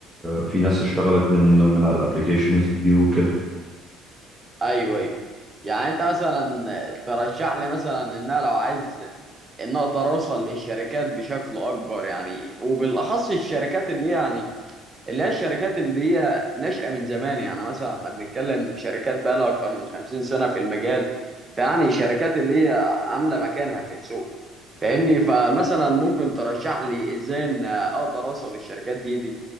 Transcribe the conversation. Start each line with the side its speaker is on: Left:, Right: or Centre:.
Centre: في ناس اشتغلت من من على الابليكيشنز دي وكده
Right: ايوه ايوه يعني انت مثلا ترشح لي مثلا ان انا لو عايز ان اقدر اوصل للشركات بشكل اكبر يعني وبالاخص الشركات اللي هي يعني اللي هي الشركات اللي هي ناشئه من زمان يعني مثلا احنا بنتكلم شركات بقى لها اكتر من 50 سنه في المجال فيعني شركات اللي هي عامله مكانها في السوق فاهمني فمثلا ممكن ترشح لي ازاي ان اقدر اوصل للشركات دي دي